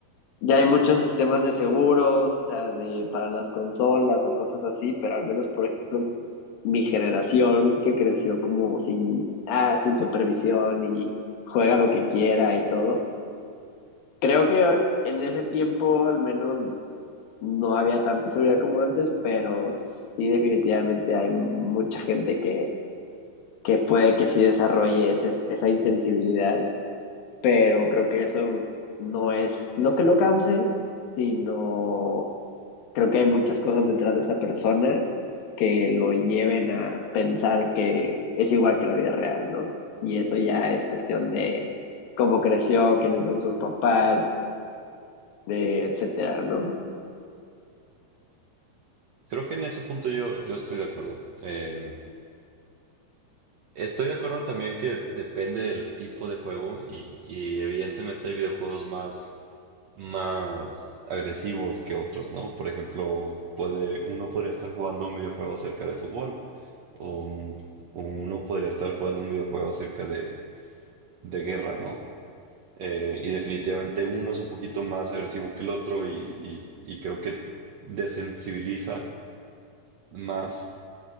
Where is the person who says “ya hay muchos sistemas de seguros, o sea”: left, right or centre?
Left